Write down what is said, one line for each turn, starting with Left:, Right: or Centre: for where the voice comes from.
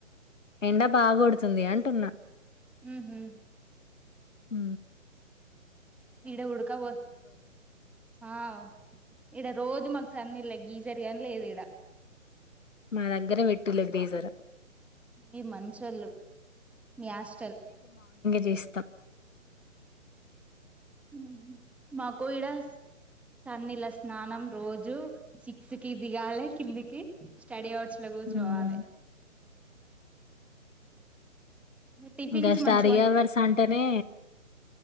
Left: ఎండ బాగొడుతుంది అంటున్నా
Centre: ఊహు
Left: ఊ
Centre: ఇడ ఉడకాబో ఆవ్ ఇడ రోజ మాకు సన్నీలే గీజరిగాని లేదు ఈడ
Left: మా దగ్గర పెట్టులేద్ గ్రీజరు
Centre: మీ మంచళ్ళు మీ హస్టల్
Left: గీస్తం
Centre: ఊహు మాకు ఈడ సన్నిల స్నానం రోజు సిక్స్ కి దిగాలే కిందికి స్టడీ అవర్స్ లో కూర్
Left: హ్మ్
Centre: చోవాలే టిఫిన్స్
Left: ఇంకా స్టడీ
Centre: మంచిగా
Left: అవర్స్ అంటేనే